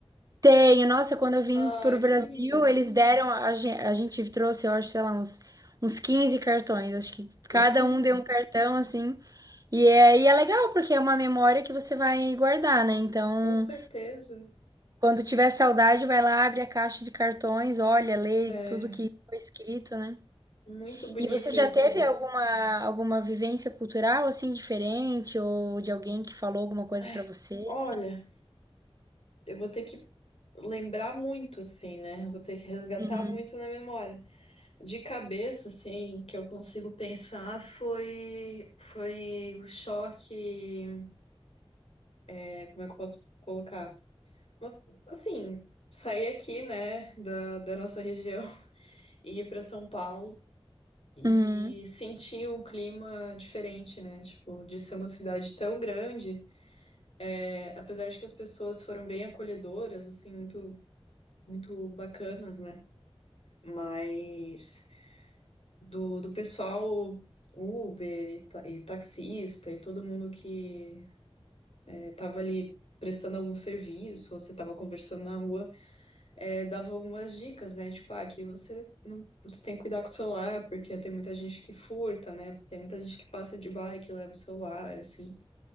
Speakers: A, on the right (about 35°); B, on the left (about 70°).
A: tenho, nossa, quando eu vim
B: Ai,
A: pro
B: que
A: Brasil,
B: lindo.
A: eles deram, a, gen- a gente trouxe, eu acho, sei lá, uns, uns 15 cartões. Acho que cada
B: <laughs>
A: um deu um cartão, assim. E é, e é legal, porque é uma memória que você vai guardar, né? Então,
B: Com certeza.
A: quando tiver saudade, vai lá, abre a caixa de cartões, olha, lê
B: É
A: tudo que foi escrito, né?
B: muito bonito
A: E você já
B: isso.
A: teve alguma, alguma vivência cultural, assim, diferente? Ou de alguém que falou alguma coisa
B: Ai,
A: pra você?
B: olha, eu vou ter que lembrar muito, assim, né? Eu Vou ter que resgatar
A: Uhum.
B: muito na memória. De cabeça, assim, que eu consigo pensar foi, foi o choque. é, como é que eu posso colocar? Uma- Assim, sair aqui, né, da, da nossa região <laughs> e ir para São Paulo. E
A: Uhum.
B: sentir um clima diferente, né? Tipo, de ser uma cidade tão grande, é, apesar de que as pessoas foram bem acolhedoras, assim, muito, muito bacanas, né? Mas do, do pessoal Uber e, ta- e taxista e todo mundo que eh, tava ali prestando algum serviço, ou você tava conversando na rua, eh, dava algumas dicas, né? Tipo, ah, que você não, você tem que cuidar com o celular, porque tem muita gente que furta, né? Tem muita gente que passa de bike e leva o celular, assim.